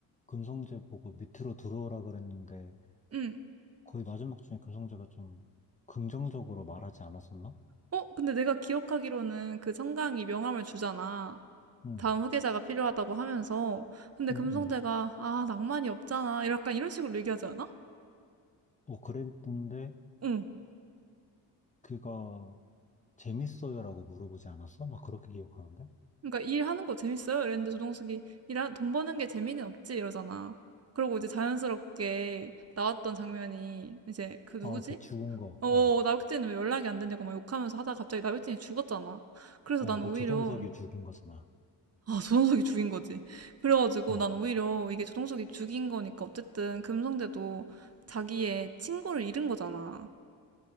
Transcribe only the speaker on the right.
응.
어, 근데 내가 기억하기로는 그 청강이 명함을 주잖아.
다음 후계자가 필요하다고 하면서. 근데 금성대가,
아, 낭만이 없잖아. 약간 이런 식으로 얘기하지 않아?
응.
그러니까 일하는 거 재밌어요? 이랬는데 조동숙이 일하, 돈 버는 게 재미는 없지? 이러잖아. 그러고 이제 자연스럽게 나왔던 장면이 이제 그
누구지?
어,
나백진은 왜 연락이 안 되냐고 막 욕하면서 하다가 갑자기 나백진이 죽었잖아. 그래서
난
오히려
아, 조정석이 죽인 거지. 그래가지고
난 오히려 이게 조정석이 죽인 거니까 어쨌든 금성대도 자기의 친구를 잃은 거잖아.